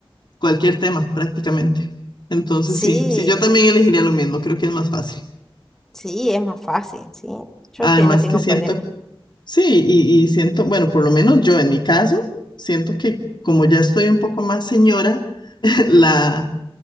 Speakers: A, on the left; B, in the centre.
A: cualquier tema prácticamente. Entonces
B: Sí,
A: sí, sí, yo también elegiría lo mismo, creo que es más fácil.
B: sí, es más fácil, sí. Yo
A: Además
B: te, no tengo
A: que siento
B: problema.
A: Sí, y, y siento, bueno, por lo menos yo en mi caso, siento que como ya estoy un poco más señora, <laughs> la